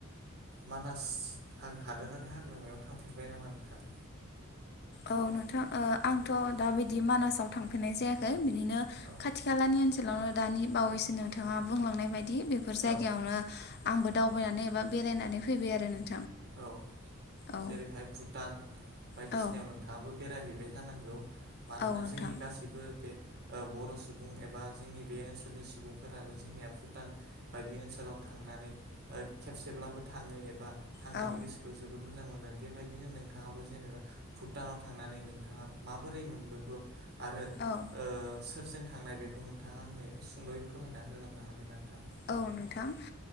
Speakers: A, on the right (about 50°); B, on the left (about 50°).
A: मानास हादोरारि हाग्रामायाव थांफेरबाय नामा नोंथां?
B: औ नोंथां ओ आंथ' दा बिदि मानासाव थांफेरनाय जायाखै। बिदिनो
A: औ
B: खाथि खालानि ओन सोलावनो दानि बावैसो नोंथाङा बुंलांनाय बायदि बेफोर
A: औ
B: जायगायावनो आंबो दावबायनानै एबा बेरायनानै फैबाय आरो नोंथां।
A: औ
B: औ
A: जेरैहाय भुटान बायदिसिनायाव
B: औ
A: नोंथाङाबो बेरायहैबाय जानांगौ मानोना
B: औ नोंथां
A: जोंनि गासैबो बे बर' सुबुं एबा जोंनि बे ओनसोलनि सुबुंफोरानो जोंनिया भुटान बायदि ओनसोलाव थांनानै खेबसेब्लाबो थाङो एबा थांनानै
B: औ
A: गोसोखौ जोबोद मोजां मोनो बेबायदिनो नोंथाङाबो जेनेबा भुटानाव थांनानै नोंथाङा माबोरै मोनबोखो आरो
B: औ
A: सोरजों थांनाय बेखौ नोंथाङा आंनो सुंदयै फोरमायना होलांनो हागोन ना नोंथां
B: औ नोंथां